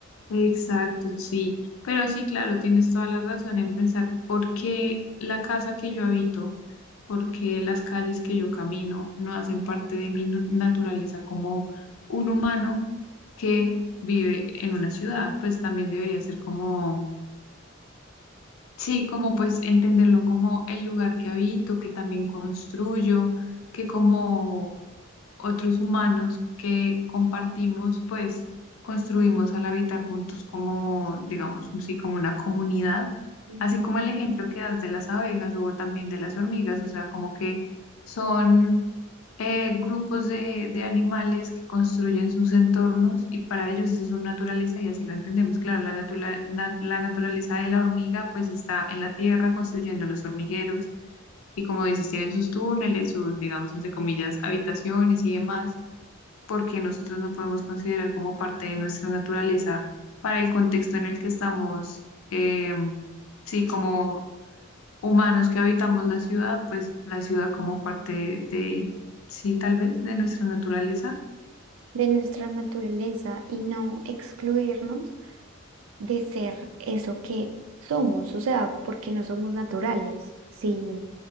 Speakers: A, on the left; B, on the right.
A: Exacto, sí. Pero sí, claro, tienes toda la razón en pensar por qué la casa que yo habito, por qué las calles que yo camino no hacen parte de mi nu- naturaleza como un humano que vive en una ciudad, pues también debería ser como Sí, como pues entenderlo como el lugar que habito, que también construyo, que como otros humanos que compartimos, pues construimos al habitar juntos como, digamos, sí, como una comunidad,
B: ujú,
A: así como el ejemplo que das de las abejas o también de las hormigas, o sea, como que son eh, grupos de, de animales que construyen sus entornos y para ellos esa es su naturaleza y así lo entendemos. Claro, la, natura- na- la naturaleza de la hormiga pues está en la tierra construyendo los hormigueros y como dices, tienen sus túneles, sus, digamos, entre comillas, habitaciones y demás, porque nosotros no podemos considerar como parte de nuestra naturaleza para el contexto en el que estamos, em, sí, como humanos que habitamos la ciudad, pues la ciudad como parte de, sí, tal vez, de nuestra naturaleza.
B: de nuestra naturaleza y no excluirnos de ser eso que somos, o sea, porque no somos naturales. Si